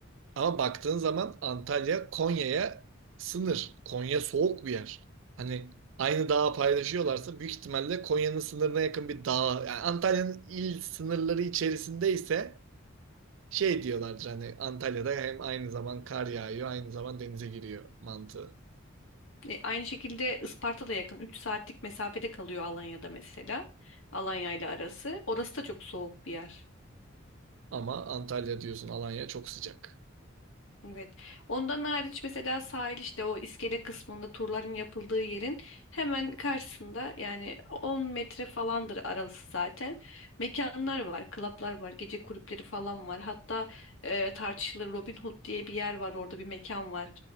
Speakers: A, on the right; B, on the left.
A: Ama baktığın zaman Antalya Konya'ya sınır. Konya soğuk bir yer. Hani aynı dağı paylaşıyorlarsa büyük ihtimalle Konya'nın sınırına yakın bir dağ. Yani Antalya'nın il sınırları içerisindeyse şey diyorlardır hani Antalya'da hem aynı zaman kar yağıyor, aynı zaman denize giriyor mantığı.
B: E, aynı şekilde Isparta da yakın. üç saatlik mesafede kalıyor Alanya'da mesela. Alanya ile arası. Orası da çok soğuk bir yer.
A: Ama Antalya diyorsun Alanya çok sıcak.
B: Evet. Ondan hariç mesela sahil işte o iskele kısmında turların yapıldığı yerin hemen karşısında yani 10 metre falandır arası zaten. Mekanlar var, klaplar var, gece kulüpleri falan var. Hatta e, tartışılır Robin Hood diye bir yer var orada bir mekan var.